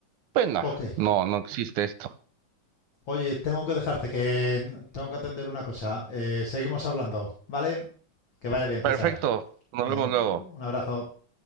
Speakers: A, on the right (about 75°); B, on the left (about 40°).
A: Pues no,
B: Ok,
A: no, no existe esto.
B: Oye, tengo que dejarte que tengo que atender una cosa. Eh, seguimos hablando, ¿vale? Que vaya bien,
A: Perfecto,
B: César.
A: nos
B: Ven,
A: vemos luego.
B: un abrazo.